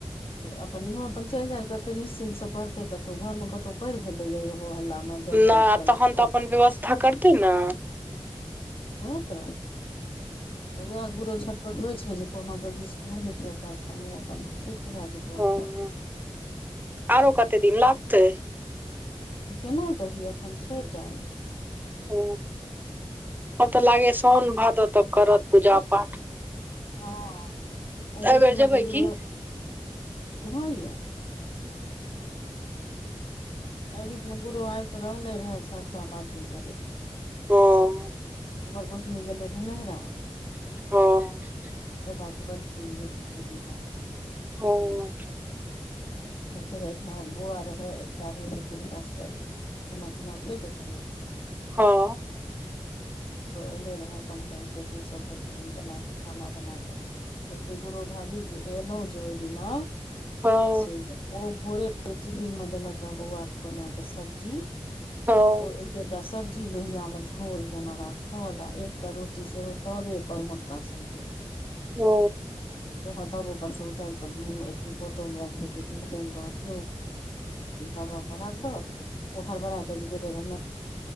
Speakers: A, on the left; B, on the right.
A: अपन इहो अपन चलि जाय कते निश्चिन्त से पढ़ते कतहु घर मे कतौ पड़ भेले यै इहो हल्ला मे जन
B: नहि
A: पाठि चले
B: तहन
A: छै
B: तऽ अपन व्यवस्था करतै न
A: ओहा तऽ वएह गुरो छटपटबै छै जे कोनो जल्दी सिखा जतियै काज तऽ हम अपन सँ बाजू तऽ
B: हँ आरो कते दिन लागतै
A: केना कही एखन छै टाइम।
B: हू तब तऽ लागे साओन भादव तब करत पूजा पाठ
A: हँ ओ
B: एहि
A: बीचमे
B: बेर जेबै
A: तऽ
B: की
A: यौ ह यए एहि बीच मे गुरु आब के रहले रहे सरसा मे करे
B: हँ
A: गर्वतनी गेलै रहे नहिरा
B: ह
A: ब फ
B: हँ
A: ह तऽ फेर अछि बो आर रहै एक आ रहै तऽ फेरके खाना पीना के देथि
B: ह
A: एले रहै अपन टाम सभ बनाक खाना बनाकऽ कहलक करो भाभी जे एलहु जे ओहि दिना
B: हँ
A: से ओ भोरे चिबिन मध लकरा वघ बना कऽ सब्जी
B: हँ
A: ओ एकटा सब्जी लोहिया मे झोर जेना राखल आ एकटा रोटी सेहो तबे पर मोटका सभ के
B: हू
A: देख तब ऊपर सँ उतार के फोटो मे राखड़ बबा बग ओ हर ब रह